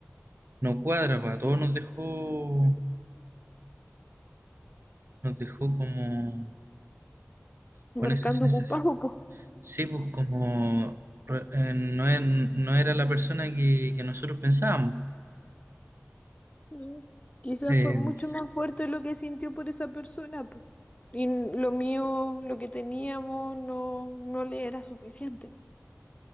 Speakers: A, on the right; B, on the left.
A: no cuadra, pues, a
B: Sí,
A: todos nos dejó, nos dejó como con
B: marcando
A: esa sensación.
B: ocupado, pues.
A: Sí, pues como re- eh, no, en- no era la persona que, que nosotros pensábamos.
B: ¿no? Quizás
A: Eh,
B: fue mucho más fuerte lo que sintió por esa persona, pues. Y n- lo mío, lo que teníamos, no, no le era suficiente.